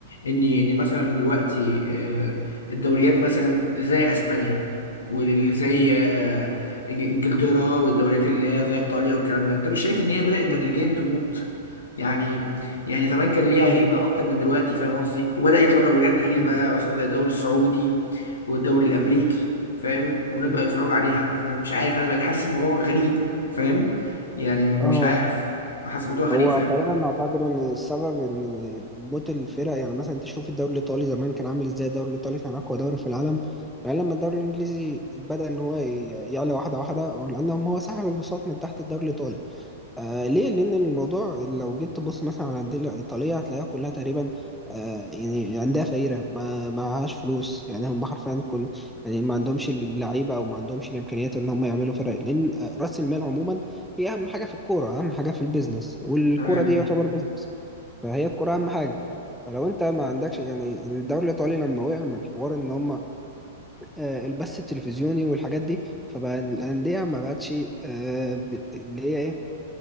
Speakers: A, on the left; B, in the centre.
A: ان ان مثلا دلوقتي آه، الدوريات مثلا زي اسبانيا واللي زي
B: مم.
A: آه، إنج- انجلترا والدوريات اللي هي زي ايطاليا والكلام ده انت مش شايف ان هي بدات
B: مم.
A: تدريجيا تموت يعني يعني زمان كان ليها
B: مم.
A: هيبه اكتر من دلوقتي فاهم قصدي وبدا يطلع دوريات غريبه
B: مم.
A: مثلا زي الدوري السعودي والدوري
B: مم.
A: الامريكي فاهم والناس
B: مم.
A: بقى يتفرجوا عليها فانا مش عارف انا بقيت حاسس الموضوع
B: مم.
A: غريب فاهم يعني مش
B: آه
A: عارف بحس الموضوع غريب
B: هو
A: فاهم
B: تقريبا اعتقد ان السبب ان موت الفرق يعني مثلا انت شوف الدوري الايطالي زمان كان عامل ازاي الدوري الايطالي كان اقوى دوري في العالم يعني لما الدوري الانجليزي بدا ان هو ي- يعلى واحده واحده لانهم هو سحب البساط من تحت الدوري الايطالي آه ليه؟ لأن الموضوع لو جيت تبص مثلا على الأندية الإيطالية هتلاقيها كلها تقريبا آه يعني عندها فقيرة ما معهاش فلوس يعني هم حرفيا كل يعني ما عندهمش اللعيبة أو ما عندهمش الإمكانيات إن هم يعملوا فرق لأن آه، رأس المال عموما هي أهم حاجة في الكورة أهم حاجة في البيزنس والكورة
A: تمام
B: دي يعتبر بيزنس فهي الكورة أهم حاجة فلو انت ما عندكش يعني الدوري الايطالي لما وقع من حوار ان هم آه، البث التلفزيوني والحاجات دي فبقى الانديه ما بقتش آه، بت- اللي هي ايه